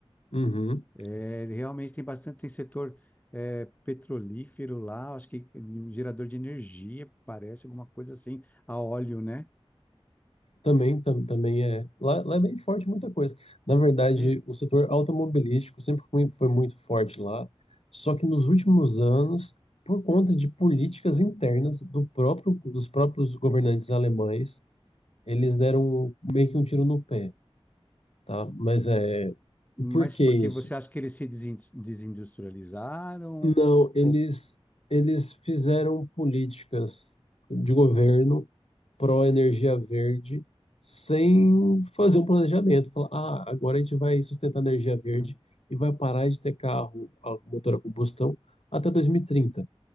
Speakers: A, on the left; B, on the left.
A: Uhum.
B: É, realmente tem bastante, tem setor é, petrolífero lá, acho que um gerador de energia, parece alguma coisa assim, a óleo, né?
A: Também, tam, também é. Lá, lá é bem forte muita coisa. Na verdade,
B: É,
A: o setor automobilístico sempre foi, foi muito forte lá, só que nos últimos anos, por conta de políticas internas do próprio, dos próprios governantes alemães, eles deram meio que um tiro no pé, tá? Mas é,
B: mas
A: por que
B: porque
A: isso?
B: você acha que eles se desin- desindustrializaram?
A: Não, eles,
B: Ou...
A: eles fizeram políticas de governo pró-energia verde sem fazer um planejamento. Falar, ah, agora a gente vai sustentar a energia verde
B: Ah,
A: e vai parar de ter carro a motor a combustão até 2030.